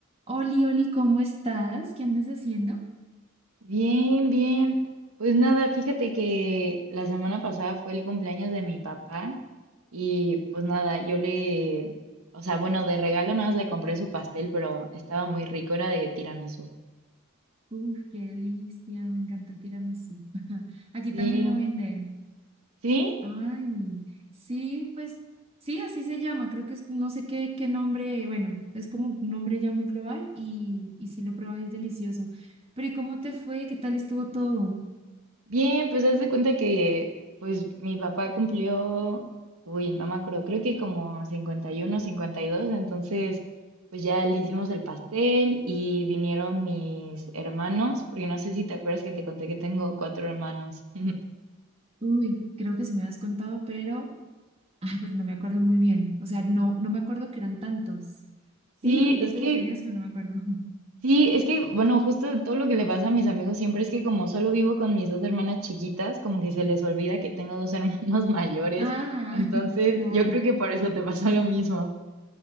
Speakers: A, on the right; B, on the right.
A: Oli, Oli, ¿cómo estás? ¿Qué andas haciendo?
B: Bien, bien. Pues nada, fíjate que la semana pasada fue el cumpleaños de mi papá y pues nada, yo le, o sea, bueno, de regalo nada más le compré su pastel, pero estaba muy rico, era de tiramisú.
A: Uf, qué delicia, me encanta el tiramisú. <laughs> Aquí
B: Sí,
A: también lo venden.
B: sí,
A: Ay, sí, pues sí, así se llama. Creo que es, no sé qué, qué nombre, bueno, es como un nombre ya muy global y, y sí lo probé, es delicioso. Pero ¿y cómo te fue? ¿Qué tal estuvo todo?
B: Bien, pues haz de cuenta que pues mi papá cumplió, uy, no me acuerdo, creo que como cincuenta cincuenta y uno cincuenta y dos entonces pues ya le hicimos el pastel y vinieron mis hermanos, porque no sé si te acuerdas que te conté que tengo cuatro hermanos. <laughs>
A: Uy, creo que sí me has contado, pero, ay, pero no me acuerdo muy bien. O sea, no, no me acuerdo que eran tantos. Sí
B: Sí,
A: me contaste
B: es que,
A: que tenías, pero no me acuerdo. <laughs>
B: sí, es que, bueno, justo todo lo que le pasa a mis amigos siempre es que como solo vivo con mis dos hermanas chiquitas, como que se les olvida que tengo dos <laughs> hermanos mayores,
A: Ah,
B: entonces
A: <laughs> claro.
B: yo creo que por eso te pasa lo mismo.